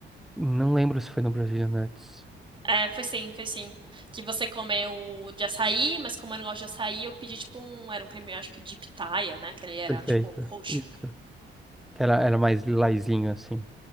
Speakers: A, in the centre; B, on the right.
A: Não lembro se foi no Brasil Nuts.
B: É, foi sim, foi sim. Que você comeu de açaí, mas como eu não gosto de açaí, eu pedi, tipo, um... Era um creme, acho que de pitaia, né? Que ele era,
A: Perfeito.
B: tipo, roxo.
A: Isso. Que era, era mais lilazinho assim.